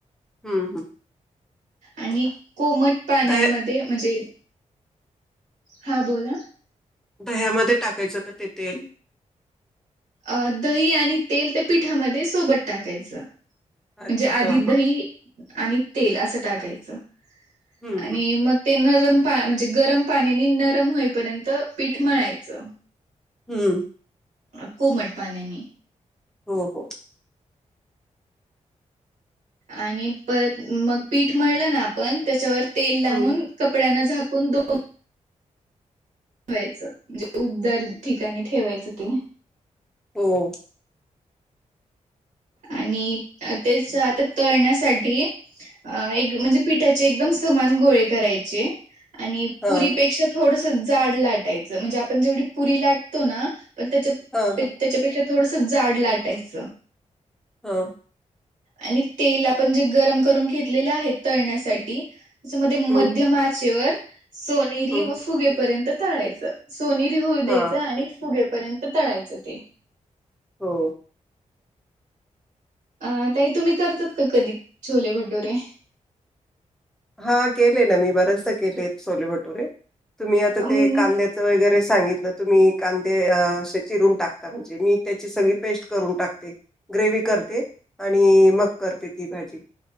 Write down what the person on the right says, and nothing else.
आणि कोमट पाण्यामध्ये
म्हणजे हा बोला.
अ दही आणि तेल त्या पिठामध्ये सोबत टाकायचं.
म्हणजे आधी
दही आणि तेल असं टाकायचं.
आणि
मग ते न रम म्हणजे गरम पाण्यानी नरम होईपर्यंत पीठ मळायचं.
अ कोमट पाण्याने.
आणि परत मग पीठ म्हलं ना आपण त्याच्यावर तेल लावून
कपड्या झा कुंन दोन ठेवायचं म्हणजे उबदार ठिकाणी ठेवायचं ते.
आणि तेच आता तळण्यासाठी अ एक म्हणजे पिठाचे एकदम समान गोळे करायचे. आणि
पुरीपेक्षा थोडस जाड लाटायचं म्हणजे आपण जेवढी पुरी लाटतो ना पण त्याच्या
त्याच्यापेक्षा थोडस जाड लाटायचं.
आणि तेल आपण जे गरम करून घेतलेलं आहे तळण्यासाठी. त्याच्यामध्ये
मध्यम आचेवर सोनेरी
व फुगेपर्यंत तळायचं. सोनेरी होऊ द्यायच
आणि फुगेपर्यंत तळायचं ते.
अं ताई तुम्ही करतात का कधी छोले भटुरे?
अम